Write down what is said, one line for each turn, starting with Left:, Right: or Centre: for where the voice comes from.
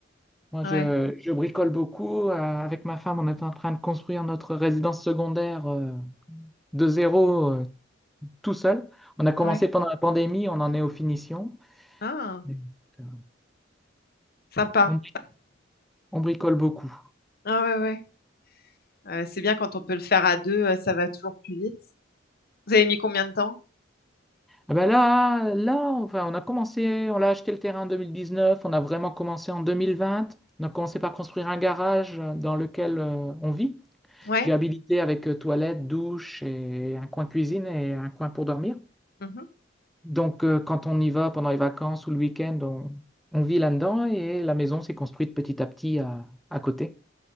Centre: Moi,
Left: Ouais,
Centre: je, je bricole beaucoup. Euh, avec ma femme, on est en train de construire notre résidence secondaire euh, de zéro euh, tout seul. On a commencé
Left: ouais.
Centre: pendant la pandémie, on en est aux finitions.
Left: Ah,
Centre: Donc, euh,
Left: sympa.
Centre: on, on bricole beaucoup.
Left: Ah ouais, ouais. Euh, c'est bien quand on peut le faire à deux, euh, ça va toujours plus vite. Vous avez mis combien de temps?
Centre: Ah ben là, là, enfin, on a commencé, on a acheté le terrain en 2019, on a vraiment commencé en 2020. On a commencé par construire un garage euh, dans lequel euh, on vit.
Left: Ouais.
Centre: J'ai habilité avec euh, toilette, douche et un coin cuisine et un coin pour dormir.
Left: Mhm.
Centre: Donc, euh, quand on y va pendant les vacances ou le week-end, on, on vit là-dedans et la maison s'est construite petit à petit à, à côté.